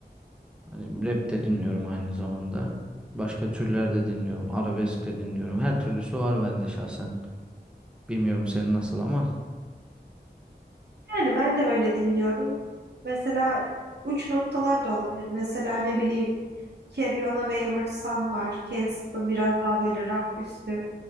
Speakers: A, in the centre; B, on the right.
A: Hani rap de dinliyorum aynı zamanda. Başka türler de dinliyorum. Arabesk de dinliyorum. Her türlüsü var bende şahsen. Bilmiyorum senin nasıl ama.
B: Yani ben de öyle dinliyorum. Mesela uç noktalar da olabilir. Mesela ne bileyim Carry On A Wayward Son var. Kansas'ın biraz daha böyle rock üstü.